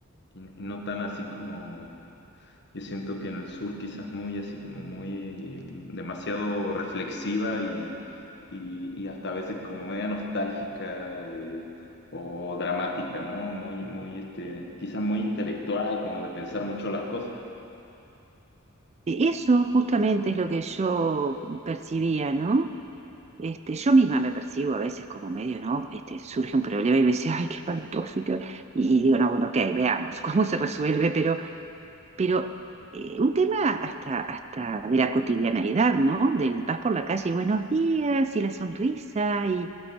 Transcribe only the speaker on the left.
y, y no tan así como yo siento que en el sur quizás muy así como muy eh, demasiado reflexiva y, y, y hasta a veces como media nostálgica eh, o dramática, ¿no? Muy, muy, este, quizás muy intelectual, como de pensar mucho las cosas.